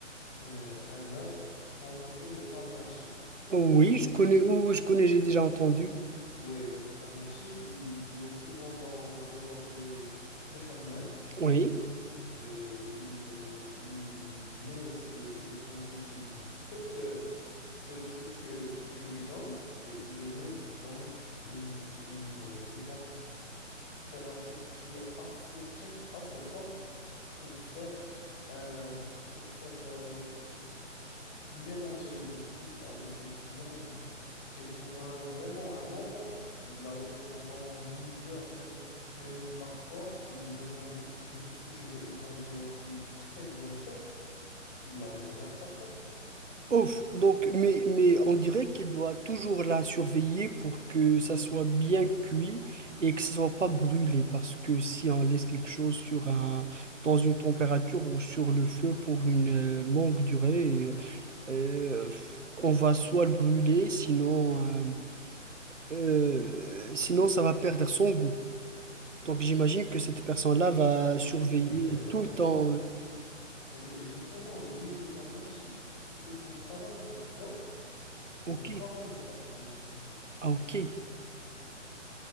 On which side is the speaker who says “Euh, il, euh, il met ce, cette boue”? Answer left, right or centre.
Left